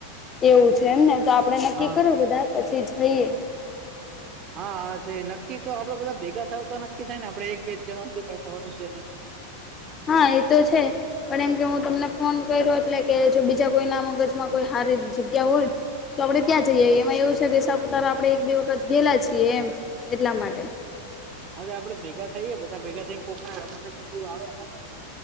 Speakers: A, on the left (about 25°); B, on the right (about 35°).
A: એવું છે એમને તો આપડે નક્કી
B: હા
A: કરું બધા પછી જઈએ
B: હા હા નક્કી તો આપડે બધા ભેગા થાય તો નક્કી થાય ને આપડે એક બે જણા કઈ થવાનું છે નહી હ
A: હા એ તો છે પણ એમ કે હું તમને ફોન કર્યો એટલે કે જો બીજા કોઈ ના મગજમાં કોઈ હારી જગ્યા હોય તો આપડણે ત્યાં જઈએ એમાં એવું છે કે સાપુતારા આપણે એક બે વખત ઘેલા છીએ એમ એટલા માટે
B: અરે આપડે ભેગા થઈએે બધા ભેગા થઈને કોણ એવ આવે આઈડ